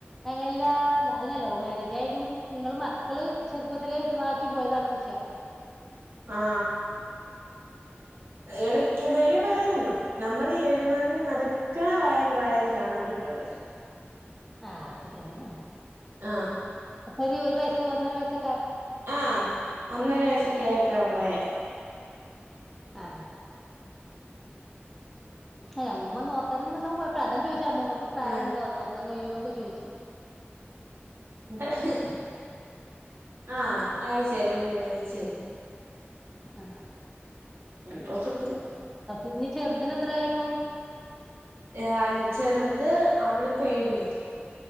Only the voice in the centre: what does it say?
ഞങ്ങെല്ലാ അല്ല ലൗ മാരേജ് ആയാലും നിങ്ങള് മക്കള് ചെറുപ്പത്തിലേ ഇട്ട് ആക്കി പോയതാണോ ചോയ്ക്ക
ആഹ്
ആ ശരി അങ്ങനെ ആണോ?
അപ്പൊര് ഒരു വയസ്സ് ഒന്നര വയസ
ആഹ് ഏഹ് അമ്മൂമ്മ നോക്കാനും കൊണ്ടോവും പോയപ്പ അതും ചോയ് ച്ചെ അമ്മുമ്മക്ക് പ്രായ
ഇണ്ടോ? നോക്കാൻ കയ്യോ ഒക്കെ ചോയ്ച്ച്
ആഹ്
ഇന്നി ചെറ്തിനെത്രായി ഇപ്പം